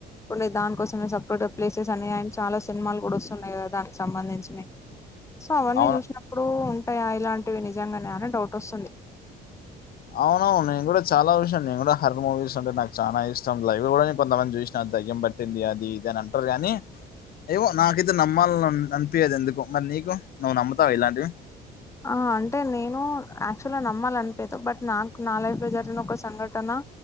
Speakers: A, on the left (about 15°); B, on the left (about 60°).
A: కొన్ని దానికోసమే సపరేట్గా ప్లేసెస్ అని ఆయన చాలా సినిమాలు కూడా వస్తున్నాయి కదా దానికి సంబంధించినయి. సో అవన్నీ
B: అవును
A: చూశినప్పుడు ఉంటాయ ఇలాంటివి నిజంగనే అని డౌట్ వస్తుంది.
B: అవునవును నేను కూడా చాలా చూశిన, నేను కూడా హార్రర్ మూవీస్ అంటే నాకు చానా ఇష్టం. లైవ్గా కూడా నేను కొంతమంది చూశిన దెయ్యం బట్ పట్టింది అది ఇది అని అంటరు గానీ ఏమో నాకైతే నమ్మాలని అని అనిపియదు ఎందుకో. మరి నీకు నువ్వు నమ్ముతవ ఇలాంటివి?
A: ఆ అంటే నేను యాక్చువల్గా నమ్మాలనిపియదు బట్ నాకు నా లైఫ్లో జరిగిన ఒక సంఘటన